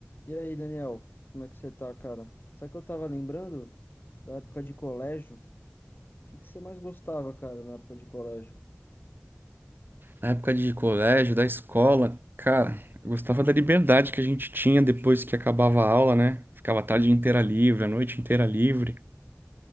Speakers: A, on the left; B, on the right.
A: E aí, Daniel, como é que você tá, cara? Sabe que eu tava lembrando da época de colégio? O que que você mais gostava, cara, na época de colégio?
B: Na época de colégio, da escola, cara, eu gostava da liberdade que a gente tinha depois que acabava a aula, né? Ficava a tarde inteira livre, a noite inteira livre.